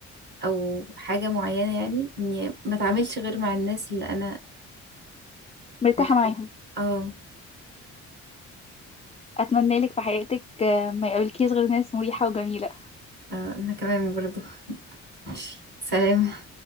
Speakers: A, on the right (about 35°); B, on the left (about 20°).
A: أو حاجة معينة يعني إني ما أتعاملش غير مع الناس اللي أنا
B: مرتاحة
A: مرتاحة
B: معاهم
A: اه
B: اتمنى لك في حياتك آه، ما يقابلكيش غير ناس مريحة وجميلة
A: آه، أنا كمان برضو <laughs> سلام